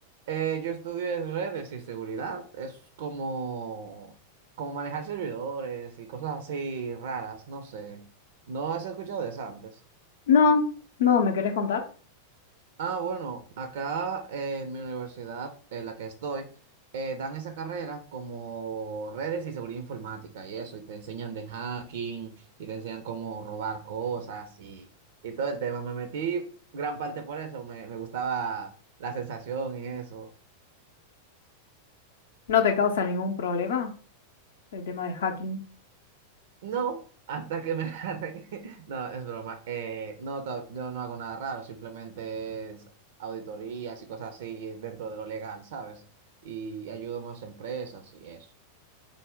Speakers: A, on the right (about 55°); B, on the left (about 60°).
A: Eh, yo estudié redes y seguridad. Es como, como manejar servidores y cosas así raras, no sé. ¿No has escuchado de eso antes?
B: No, no, ¿me querés contar?
A: Ah, bueno, acá eh, en mi universidad, en la que estoy, eh, dan esa carrera como redes y seguridad informática y eso, y te enseñan de hacking, y te enseñan cómo robar cosas y, y todo el tema. Me metí gran parte por eso, me, me gustaba la sensación y eso.
B: ¿No te causa ningún problema el tema de hacking?
A: No, hasta que me <laughs> agarren. No, es broma. Eh, no, to- yo no hago nada raro, simplemente es auditorías y cosas así dentro de lo legal, ¿sabes? Y ayudo más empresas y eso.